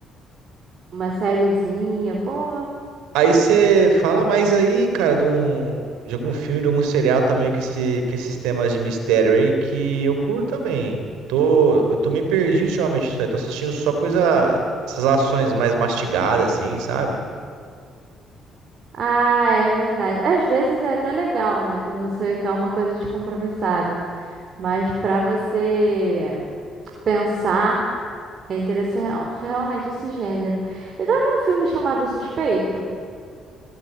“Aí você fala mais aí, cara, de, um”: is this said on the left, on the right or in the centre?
Right